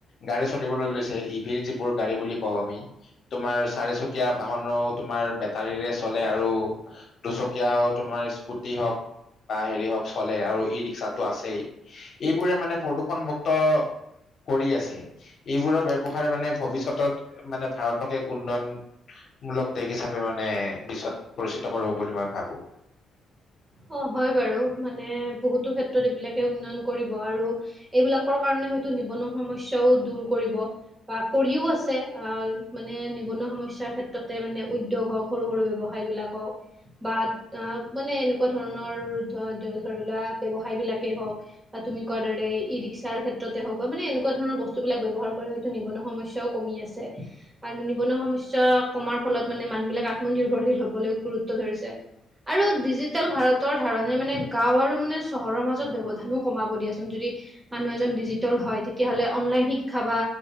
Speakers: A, on the left; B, on the right.
A: গাড়ী চলিবলৈ লৈছে ই এই যিবোৰ গাড়ী বুলি ক ও আমি তোমাৰ চাৰিচকীয়া বাহনেও তোমাৰ বেতাৰিৰে চলে আৰু দুচকীয়া তোমাৰ স্কুটি হওক বা হেৰি হওক চলে আৰু ই ৰিক্সাতটো আছেই এইবোৰে মানে প্ৰদূষণ মুুক্ত কৰি আছে এইবোৰৰ ব্যৱহাৰে মানে ভৱিষ্যতত মানে ভাৰতক এক উন্নয়ন মূলক দেশ হিচাপে মানে বিশ্বত পৰিচিত কৰিব বুলি মই ভাবো
B: অ হয় বাৰু মানে বহুতো ক্ষেত্ৰত এইবিলাকে উন্নয়ন কৰিব আৰু এইবিলাকৰ কাৰণে হয় নিবনুৱা সমস্যাও দৰ কৰিব বা কৰিও আছে মানে নিবনুৱা সমস্যা সমস্য ক্ষেত্ৰতে মানে উদ্যগ হক সৰু সৰু ব্যৱসায় বিলাক হক বা মানে এনেকুৱা ধৰণৰ ধৰি লোৱা ব্যৱসায়বিলাকেই হওক। বা তুমি কোৱাৰ দৰে ই ৰিকচা ক্ষেত্ৰতে হওক বা মানে এনেকুৱা ধৰণৰ বস্তু বস্তু বিলাক ব্যবহাৰ কৰি হয়তো নিবনুৱা সমস্যা কমি আছে আৰু নিবনুৱা সমস্যা কমাৰ ফলত মানে মানুহ বিলাক আত্মনিৰ্ভৰশীল হব গুৰুত্ব ধৰিছে আৰু দিজি ভাৰতৰ ধাৰণে মানে গাঁও আৰু মানে চহৰৰ মাজত ব্যৱধানো কমাব দিয়াচোন যদি মানুহ এজন দিজিতেল হয় তেতিয়াহলে অনলাইন শিক্ষা বা